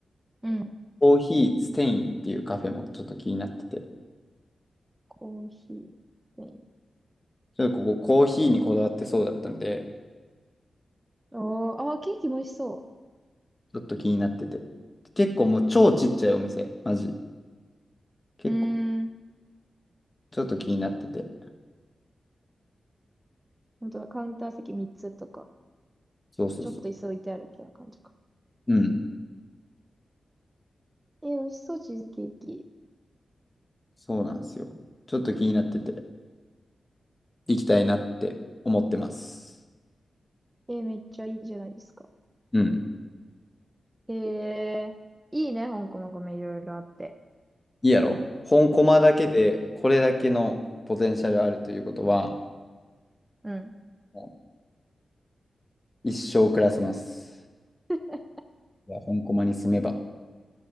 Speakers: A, on the right; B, on the left.
A: い。うん。
B: コーヒーステインっていうカフェもちょっと気になってて。
A: コーヒー。
B: ちょっとここコーヒーにこだわってそうだったんで、
A: おー、あー、ケーキも美味しそ
B: ちょっと気になってて。結構もう超ちっちゃいお店。マジ。結構、
A: う。うーん。
B: ちょっと気になってて。
A: 本当だ、カウンター席3つとか、
B: そうそうそ
A: ちょっと椅子置いてあるみたいな感じか。
B: う。うん。
A: えー、美味しそう、チーズケーキ。
B: そうなんですよ。ちょっと気になってて、行きたいなって思ってます。
A: えー、めっちゃいいじゃないですか。
B: うん。
A: えー、いいね、香港のグルメいろいろあって。
B: いいやろ本コマだけで、これだけのポテンシャルあるということは、
A: うん。
B: もう一生暮らせます。
A: <laughs>
B: いや本コマに住めば。